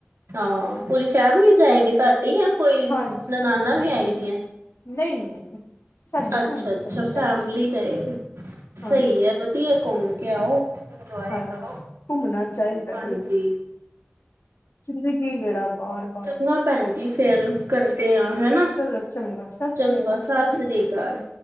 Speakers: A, on the right; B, on the left.
A: ਹਾਂ ਪੂਰੀ ਫੈਮਲੀ ਜਾਏਗੀ ਤੁਹਾਡੀ ਜਾਂ ਕੋਈ
B: ਹਾਂਜੀ
A: ਨਨਾਨਾ ਵੀ ਆਈ ਦੀਆਂ।
B: ਨਹੀਂ ਨਹੀਂ। ਸਾਡੀ
A: ਅੱਛਾ
B: ਫੈਮਿਲੀ
A: ਅੱਛਾ
B: ਚੱਲੀ ਭੈਣ
A: ਫੈਮਲੀ
B: ਜੀ
A: ਜਾਏ ਗਈ ਸਹੀ
B: ਹਾਂ
A: ਹੈ। ਵਧੀਆ ਘੁੰਮ ਕੇ ਆਓ। ਇੰਜੋਏ
B: ਹਾਂਜੀ
A: ਕਰੋ
B: ਘੁੰਮਣਾ ਚਾਹੀਦਾ
A: ਹਾਂਜੀ
B: ਏ ਜ਼ਿੰਦਗੀ ਕਿਹੜਾ ਬਾਹਰ।
A: ਚੰਗਾ ਭੈਣ ਜੀ ਫੇਰ ਕਰਦੇ ਹਾਂ ਹਨਾ
B: ਚਲੋ ਚੰਗਾ ਸਤਿ
A: ਚੰਗਾ
B: ਸ੍ਰੀ ਅਕਾਲ
A: ਸਸ ਰੀ। ਚਾਲ।